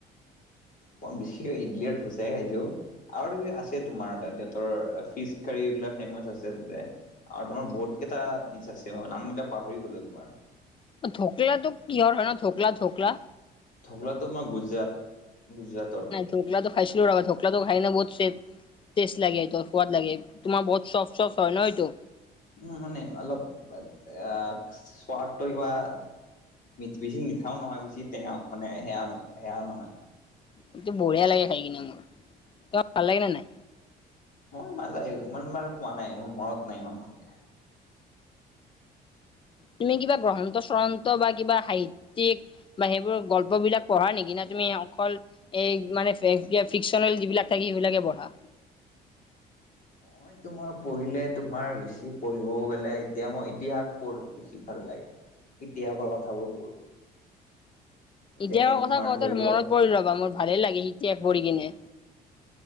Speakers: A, on the left; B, on the left.
A: মই বিশেষক ইডলীয়ে ধোচাই খাইছো। আৰু তুমি আছে তোমাৰ তাত সিহঁতৰ ফিচ কাৰী এইবিলাক ফেমচ আছে তাতে। আৰু তোমাৰ বহুত কেইটা দিচ আছে অ' নাম কেইটা পাহৰি গ'লো তোমাৰ।
B: ধোকলাতো কিহৰ হয় ন'? ধোকলা ধোকলা।
A: ধোকলা তোমাৰ গুজৰাট গুজৰাটৰ।
B: ধোকলাটো খাইছিলো ৰ'বা ধোকলাটো খাই কিনে বহুত ছেফ টেষ্ট লাগে সেইটো সোৱাদ লাগে, তোমাৰ বহুত চফ্ট চফ্ট হয় নহয় এইটো।
A: মোৰ মনে অলপ অ' সোৱাদটো কিবা মি বেছি মিঠাও নহয় বছি টেঙাও মানে সেয়াও সেয়াও নহয়।
B: এইটো বঢ়িয়া লাগে খাই কিনে মোৰ, তোমাৰ ভাল লাগে নে নাই?
A: মই <unintelligible> ইমান বাৰ খুৱা নাই মোৰ মনত নাই ইমান ভালকে।
B: তুমি কিবা গ্ৰন্থ বা চন্থ বা কিবা সাহিত্যিক বা সেইবোৰ গল্প বিলাক পঢ়া নেকি? না তুমি অকল এই মানে ফিকচনেল যিবিলাক থাকে সেইবিলাকে পঢ়া? <inaudible>
A: মই তোমাৰ পঢ়িলে তোমাৰ বেছি পঢ়িব গ'লে এতিয়া মই ইতিহাস পঢ়ো বেছি ভাল লাগে। ইতিহাসৰ কথাবোৰ পঢ়ো।
B: ইতিহাসৰ
A: যেনে
B: কথা
A: তোমাৰ
B: কওঁতে
A: ধৰি লোৱা
B: মনত পৰিল ৰ'বা মোৰ ভালেই লাগে ইতিহাস পঢ়ি কিনে।